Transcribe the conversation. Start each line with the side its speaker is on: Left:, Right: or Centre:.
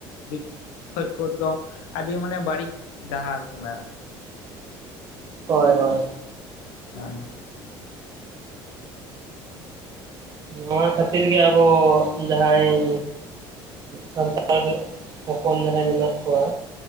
Left: ᱫᱤᱠ ᱠᱷᱚᱡ ᱠᱚᱫ ᱫᱚ ᱟᱹᱰᱤ ᱢᱟᱱᱮ ᱵᱟᱹᱲᱤᱡ ᱰᱟᱦᱟᱨ ᱠᱟᱱᱟ᱾
Right: ᱦᱚᱭ ᱦᱚᱭ᱾
Left: <unintelligible>
Right: ᱱᱚᱣᱟ ᱠᱷᱟᱹᱛᱤᱨ ᱜᱮ ᱟᱵᱚ ᱡᱟᱦᱟᱸᱭ ᱥᱟᱱᱛᱟᱲ ᱦᱚᱯᱚᱱ ᱡᱟᱦᱟᱸᱭ ᱢᱮᱱᱟᱜ ᱠᱚᱣᱟ